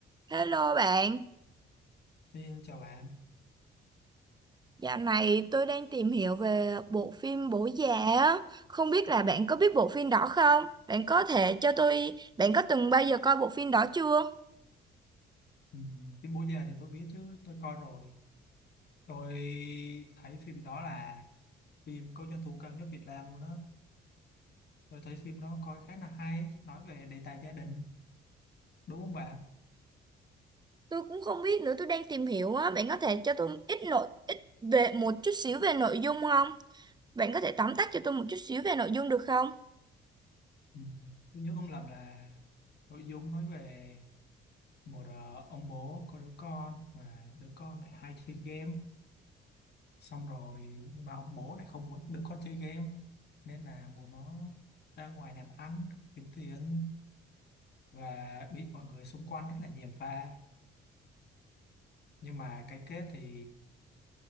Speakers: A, on the right; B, on the left.
A: Hello bạn,
B: Xin chào bạn.
A: dạo này tôi đang tìm hiểu về bộ phim Bố Già á, không biết là bạn có biết bộ phim đó không? Bạn có thể cho tôi, bạn có từng bao giờ coi bộ phim đó chưa?
B: Ừ, Phim Bố Già thì tôi biết chứ, tôi coi rồi. Tôi thấy phim đó là phim có doanh thu cao nhất Việt Nam luôn á. Tôi thấy phim đó coi khá là hay, nói về đề tài gia đình, đúng không bạn?
A: Tôi cũng không biết nữa, tôi đang tìm hiểu á, bạn có thể cho tôi ít nội ít về một chút xíu về nội dung không? Bạn có thể tóm tắt cho tôi một chút xíu về nội dung được không?
B: Ừ, Tôi nhớ không lầm là nội dung nói về một ờ, ông bố có đứa con mà đứa con lại hay chơi game. Xong rồi nhưng mà ông bố lại không muốn đứa con chơi game nên là muốn nó ra ngoài làm ăn kiếm tiền và bị mọi người xung quanh rất là gièm pha nhưng mà cái kết thì